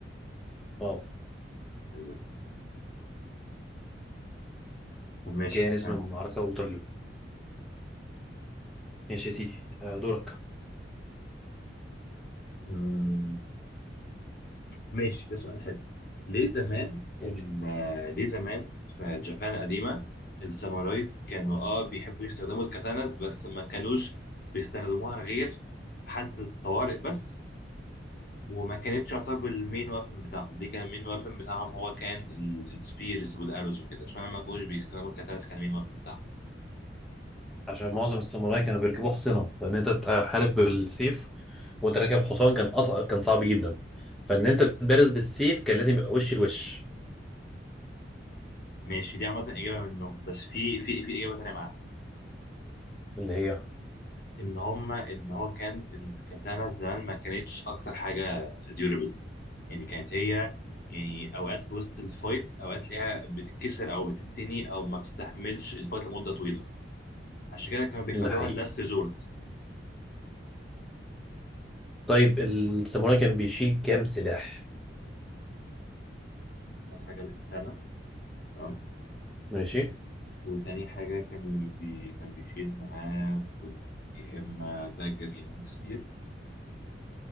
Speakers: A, in the centre; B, on the left (about 50°).
A: اه
B: تقريبا طب ماشي
A: كان اسم
B: ها
A: المعركة ووترلو ماشي
B: خلاص.
A: يا سيدي آه، دورك
B: مم، ماشي ده سؤال حلو ليه زمان
A: قول
B: ال- آه، ليه زمان في جابان القديمة السامورايز كانوا
A: لي
B: اه بيحبوا يستخدموا الكاتاناز بس ما كانوش بيستخدموها غير في حالة الطوارئ بس وما كانتش تعتبر المين وابن بتاعهم دي كان المين وابن بتاعهم هو كان السبيرز والاروز وكده عشان ما كانوش بيستخدموا الكاتانس كان المين وابن بتاعهم
A: عشان معظم الساموراي كانوا بيركبوا حصينة فان انت تحارب بالسيف وانت راكب حصان كان أص... كان صعب جدا فان انت تبارز بالسيف كان لازم يبقى وش لوش
B: ماشي دي عامة إجابة منهم بس في في في إجابة تانية معاها
A: اللي هي
B: إن هما إن هو كان الكاتانا زمان ما كانتش أكتر حاجة ديورابل يعني كانت هي يعني أوقات في وسط الفايت أوقات تلاقيها بتتكسر أو بتتني أو ما بتستحملش الفايت لمدة طويلة عشان كده كانوا بيخدوها
A: ده حقيقي
B: اللاست ريزورت
A: طيب الساموراي كان بيشيل كام سلاح
B: الحاجة الكاتانا تمام
A: ماشي
B: وتاني حاجة كانوا بي... كان بيشيل معاه في ال- يا إما دagger يا إما سبير